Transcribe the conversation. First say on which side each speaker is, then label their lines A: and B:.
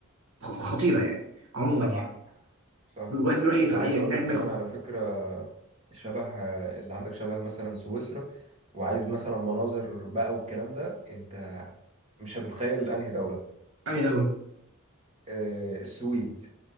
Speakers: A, on the right (about 70°); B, on the right (about 30°).
A: خ- خطيره يعني عموما
B: صح
A: يعني
B: صح
A: الواحد بيروح يف-
B: وعايز
A: يعني
B: اقول
A: يريح
B: لك
A: دماغه
B: كمان على فكرة شبه اللي عندك شبه مثلا سويسرا وعايز مثلا مناظر بقى والكلام ده انت مش هتتخيل انهي دولة
A: انهي دوله
B: آه، السويد